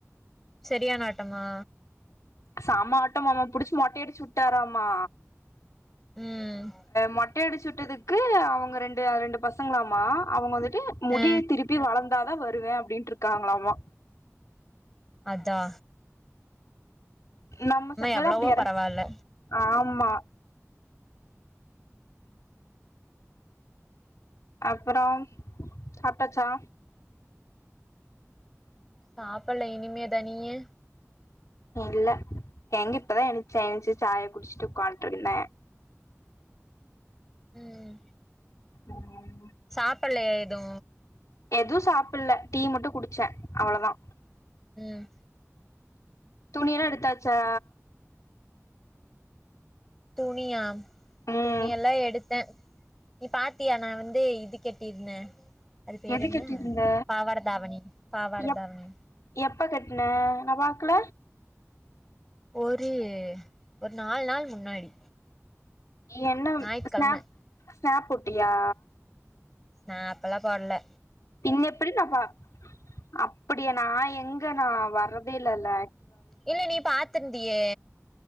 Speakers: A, in the centre; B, on the left.
A: சரியான ஆட்டமா
B: செம ஆட்டமாமா புடிச்சு மொட்டையடிச்சுட்டாராமா
A: ம்
B: மொட்டை அடிச்சு விட்டதுக்கு அவங்க ரெண்டு ரெண்டு பசங்களாமா அவங்க வந்துட்டு முடிய
A: ஆ
B: திருப் டி வளந்தாதா வருவே அப்டின்ட்டு இருக்காங்கலாமா
A: அதா
B: நம்ம செட்லெல்லா
A: எவ்வளவோ
B: அப்டி யாராச்
A: பரவால்ல
B: ஆம்மா அப்பறோம் சாப்ட்டாச்சா
A: சாப்பட்ல இனிமேதா நீயி
B: இல்ல எங்க இப்பதா எந்ச்சே எந்ச்சி சாயா குடிச்சிட்டு உக்காண்ட்டு இருந்த
A: உம்
B: ஆமா
A: சாப்பலலயா எது
B: எது சாப்பிட்ல டீ மட்டு குடிச்ச அவ்ளதா
A: ம்
B: துணிலா எடுத்தாச்சா
A: துணியா
B: ம்
A: துணி எல்லா எடுத்தே நீ பாத்தியா நா வந்து இது கேட் தின்னே அது பேரு
B: எது
A: என்ன
B: கட்டிருந்த
A: பாவாட தாவணி பாவாட
B: எப்
A: தாவணி
B: எப்ப கட்ன நா பாக்ல
A: ஒரு ஒரு நால் நாள் முன்னாடி
B: என்னம்
A: ஞாயித்துக்கெழம
B: ஸ்னாப் ஸ்னாப் போட்டியா
A: நா அப்பல்லா போட்ல
B: பின்ன எப்டி நா பா அப்படிய நா எங்க நா வர்ரதே இல்லல்ல
A: இல்ல நீ பாத்திருந்தியே